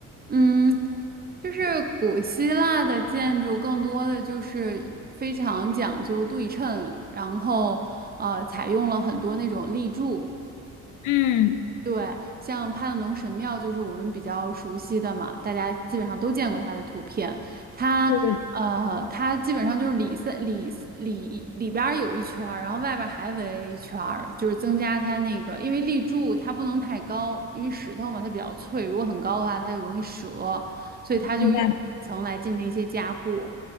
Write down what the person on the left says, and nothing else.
嗯，
对对，
明白。